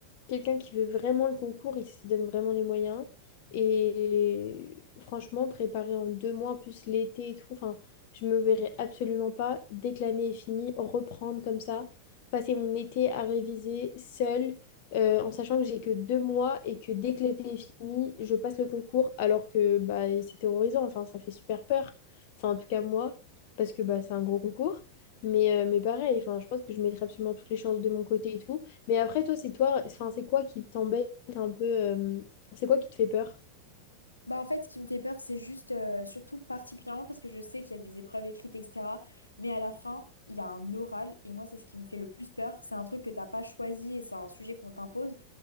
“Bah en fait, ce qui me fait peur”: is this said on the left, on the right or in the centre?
Left